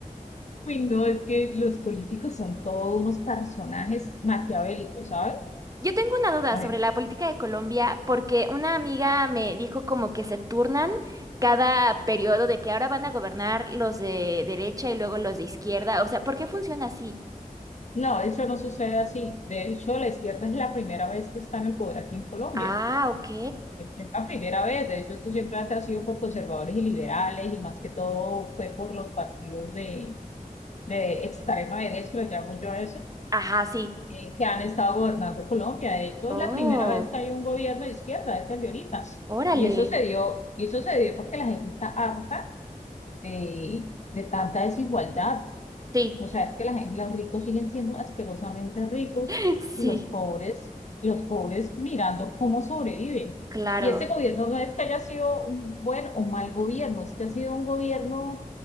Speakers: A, on the left; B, on the right.
A: uy, no, es que los políticos son todos unos personajes maquiavélicos, ¿sabes?
B: <laughs> Yo tengo una duda
A: A
B: sobre
A: ver,
B: la política de Colombia porque una amiga me dijo como que se turnan cada periodo de que ahora van a gobernar los de derecha y luego los de izquierda. O sea, ¿por qué funciona así?
A: no, eso no sucede así. De hecho, la izquierda es la primera vez que está en el poder aquí en Colombia.
B: Ah, ok.
A: Es la primera vez. De hecho, esto siempre ha sido por conservadores y liberales y más que todo fue por los partidos de, de extrema derecha, lo llamo yo a eso,
B: Ajá, sí.
A: eh, que han estado gobernando Colombia. De hecho,
B: Oh,
A: es la primera vez que hay un gobierno de izquierda, es el de ahorita.
B: órale.
A: Y eso se dio, y eso se dio porque la gente está harta de, de tanta desigualdad.
B: Sí,
A: O sea, es que la gente, los ricos siguen siendo asquerosamente ricos
B: <laughs> sí,
A: y los pobres, los pobres mirando cómo sobreviven.
B: claro,
A: Y este gobierno no es que haya sido un buen o mal gobierno, es que ha sido un gobierno